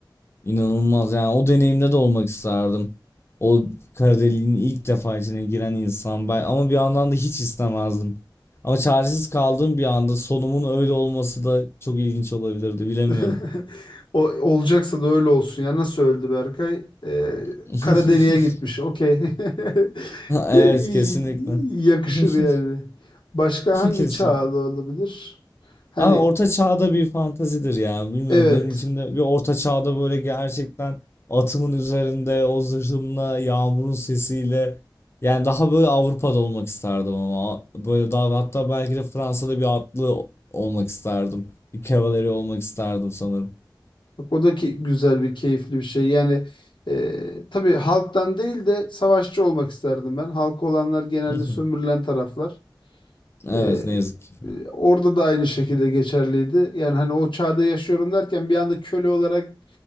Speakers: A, on the left (about 30°); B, on the left (about 80°).
A: İnanılmaz. Yani o deneyimde de olmak isterdim. O kara deliğin ilk defa içine giren insan ben ama bir yandan da hiç istemezdim. Ama çaresiz kaldığım bir anda sonumun öyle olması da çok ilginç olabilirdi. Bilemiyorum.
B: <laughs> O, olacaksa da öyle olsun ya. Nasıl öldü Berkay? Ee,
A: <laughs>
B: kara deliğe gitmiş. Okey. <laughs>
A: Evet
B: Ya- iyi-
A: kesinlikle.
B: Yakışır
A: <laughs>
B: yani. Başka hangi
A: Kesin.
B: çağda olabilir? Hani
A: Abi orta çağda bir fantazidir ya. Bilmiyorum
B: evet.
A: benim içimde bir orta çağda böyle gerçekten atımın üzerinde o zırhımla yağmurun sesiyle yani daha böyle Avrupa'da olmak isterdim ama böyle daha hatta belki de Fransa'da bir atlı olmak isterdim. Bir kavaleri olmak isterdim sanırım.
B: Bak o da ki güzel bir keyifli bir şey. Yani e, tabii halktan değil de savaşçı olmak isterdim ben. Halkı olanlar genelde
A: <laughs>
B: sömürülen taraflar.
A: Evet
B: Ee,
A: ne yazık ki.
B: e, orada da aynı şekilde geçerliydi. Yani hani o çağda yaşıyorum derken bir anda köle olarak